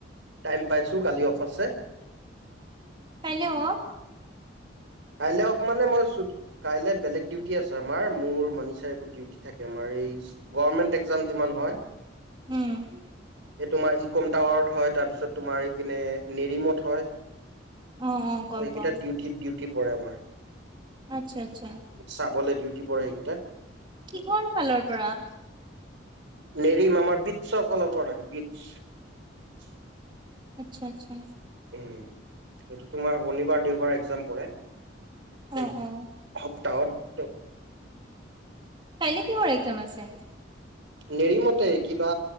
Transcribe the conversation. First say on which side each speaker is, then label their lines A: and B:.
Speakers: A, on the right; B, on the right.
A: টাইম পাইছো কালি অফ আছে
B: হেল্ল'
A: কাইলৈ অক মানে মই কাইলৈ বেলেগ ডিউটি আছে আমাৰ মোৰ মানিছে এইবোৰ ডিউটি থাকে আমাৰ এই গভৰ্মেণ্ট একজাম যিমান হয়
B: উম।
A: এই তোমাৰ ই কমটাৱৰ্থ হয় তাৰপিছত তোমাৰ ইপিনে নিৰিমত হয়
B: অ অ গম
A: সকেইটা
B: পাওঁ
A: ডিউটিতউ টি পৰে আমাৰ
B: আচ্ছা আচ্ছা
A: চাবলৈ ডিউটি পৰে সেইকেইটা
B: কিহৰ ফালৰ পৰা
A: নেৰিমমাৰ বিতছৰ কল পৰা থাকে বিতছ্
B: আচ্ছা আচ্ছা
A: উ এইটো তোমাৰ শনিবাৰ দেওবাৰ এক্জাম পৰে
B: অ
A: এই
B: অ
A: স তাহত
B: কাইলে কিহৰ এক্জাম আছে
A: নেৰিমতে কিবা